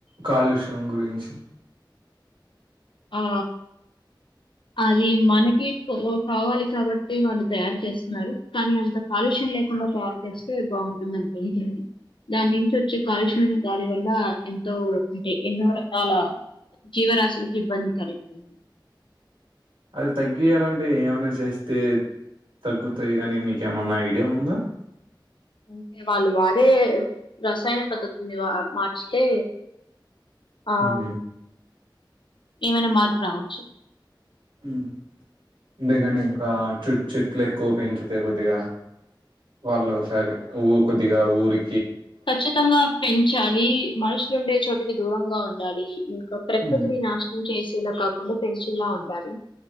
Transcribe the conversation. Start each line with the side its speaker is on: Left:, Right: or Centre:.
Right: కాలుష్యం గురించి
Left: ఆ అది మనకి ఎకు వ కావాలి కాబట్టే వాళ్లు తయారు చేస్తున్నారు. కానీ అంత కాలుష్యం లేకుండ తయారు చేస్తే బాగుంటుంది అనుకుంటున్నను. దాని నుంచి వచ్చే కాలుష్యం దాని వల్ల ఎంతో అంటే ఎన్నో రకాల జీవ రాసులు ఇబ్బంది కలిగున్
Right: అది తగ్గియాలంటే ఏమైనా చేస్తే తగ్గుతాయి అని మీకు ఏమైనా ఐడియా ఉందా
Left: అంటే వాళ్ళు వాడే రసాయన పద్ధతుల్ని వా మార్చితే ఆ
Right: ఉమ్
Left: ఏమైనా మార్పు రావచ్చు
Right: హు అంతేగాని ఇంకా చెట్ చెట్లు ఎక్కువ పెంచుతే కొద్దిగా వాళ్ళు ఫయాగెట్ ఊ కొద్దిగా ఊరి
Left: కచ్చితంగా పెంచాలి మనుషులు ఉండే చోట్ టికీ దూరంగా ఉండాలి ఇం ప్ర ప్రకృతిని
Right: ఉమ్
Left: నాశనం చేసి ఇలా కాకుండా పెంచిలా ఉండాలి